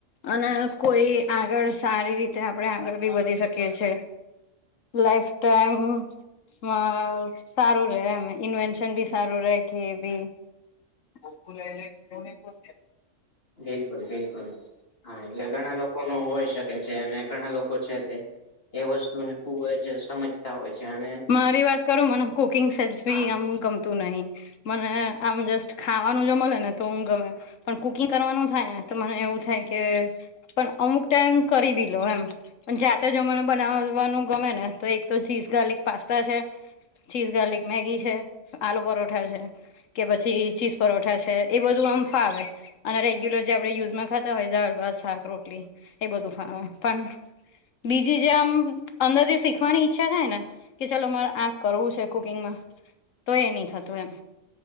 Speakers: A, on the left; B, on the left.
A: અને કોઈ આગળ સારી રીતે આગળ બી વધી શકીએ છીએ લાઈફ ટાઈમ વાહ સારું રે એમ ઇન્વેન્શન બી સારું રહેે કે એ બી. <unintelligible>
B: બિલકુલ બિલકુલ હા એટલે ઘણા લોકો નું હોય શકે છે અને ઘણા લોકો છે તે એ વસ્તુને ખુબ જ સમજતા હોય છે અને
A: મારી વાત કરું મને કુકિંગ સહેજ ભી
B: હા
A: આમ ગમ તું નહી મને આમ જસ્ટ ખાવાનું જો મળે ને તો હું ગમે પણ કુકિંગ કરવાનું થાય ને તો મને એવું થાય કે પણ અમુક ટાઈમ કરી બી લઉં એમ પણ જાતે જો મને બનાવવાનું ગમે ને તો એક તો ચીઝ ગાર્લિક પાસ્તા છે. ચીઝ ગાર્લિક મેગી છે, આલુ પરોઠા છે. કે પછી ચીઝ પરોઠા છે. એ બધું આમ ફાવે અને રેગ્યુલર જે આપણે યુઝમાં ખાતા હોય. દાળ, ભાત, શાક, રોટલી એ બધું ફાવે પણ બીજી જેમ અંદરથી શીખવાની ઈચ્છા થાય ને કે ચાલો મારે આ કરવું છે કુકિંગમાં તો એ નહી થતું એમ.